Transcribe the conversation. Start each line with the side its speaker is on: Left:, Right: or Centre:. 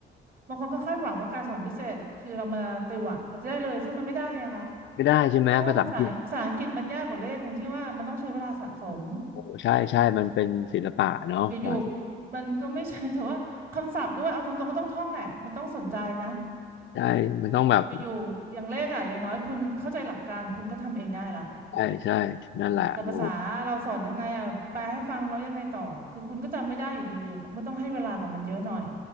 Right: บางคนก็คาดหวังว่าการสอนพิเศษคือเรามาติวอะเราจะได้เลยซึ่งมันไม่ได้อะค่ะ
Left: ไม่ได้ใช่ไหมภาษาอังกฤษ
Right: แปลว่าภาษาภาษาอังกฤษมันยากกว่าเลขตรงที่ว่ามันต้องใช้เวลาสะสม
Left: โอ้ใช่ใช่มันเป็นศิลปะเนาะภาษาอังกฤษ
Right: อยู่ๆมันก็ไม่ใช่ <laughs> แต่ว่าคำศัพท์ด้วยเอาตรงๆก็ต้องท่องแหละมันต้องสนใจนะ
Left: ใช่มันต้องแบบ
Right: อยู่ๆอย่างเลขอ่ะอย่างน้อยคุณเข้าใจหลักการคุณก็ทำเองได้ละ
Left: ใช่ใช่นั่นแหละโอ้
Right: แต่ภาษาเราสอนยังไงอ่ะแปลให้ฟังแล้วยังไงต่อคือคุณก็จำไม่ได้อยู่ดีอะคุณก็ต้องให้เวลากับมันเยอะหน่อย